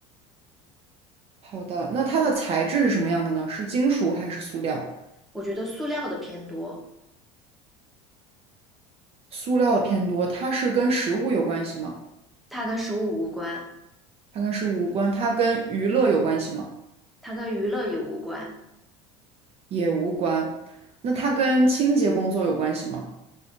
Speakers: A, on the right; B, in the centre.
A: 好的，那它的材质是什么样的呢？是金属还是塑料？
B: 我觉得塑料的偏多，
A: 塑料的偏多。它是跟食物有关系吗？
B: 它跟食物无关，
A: 它跟食物无关。它跟娱乐有关系吗？
B: 它跟娱乐也无关。
A: 也无关。那它跟清洁工作有关系吗？